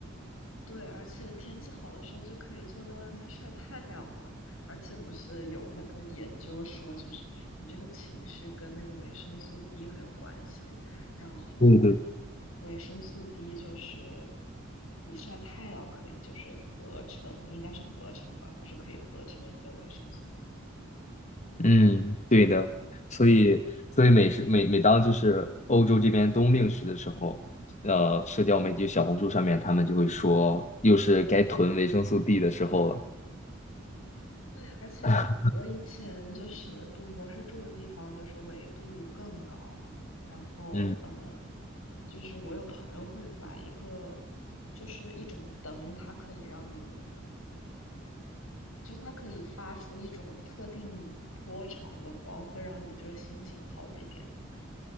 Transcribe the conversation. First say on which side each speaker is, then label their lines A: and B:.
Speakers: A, on the left (about 90°); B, on the left (about 35°).
A: 对，而且天气好的时候就可以坐在外面晒太阳嘛。而且不是有那个研究说，就是你这个情绪跟那个维生素 D 很有关系。然后
B: 对。
A: 维生素 D 就是你晒太阳可以，就是合成，应该是合成吧，不是可以合成一些维生素 D
B: 嗯，对的，所以所以每时每每当就是欧洲这边冬令时的时候，呃，社交媒体小红书上面他们就会说，又是该囤维生素 D 的时候了。
A: 对，而且我以前就是读博士住的地方，
B: <laughs>
A: 就是纬度更高，然后呃，
B: 嗯，
A: 就是我有朋友会买一个，就是一种灯，它可以让你，就它可以发出一种特定波长的光，会让你就是心情好一点。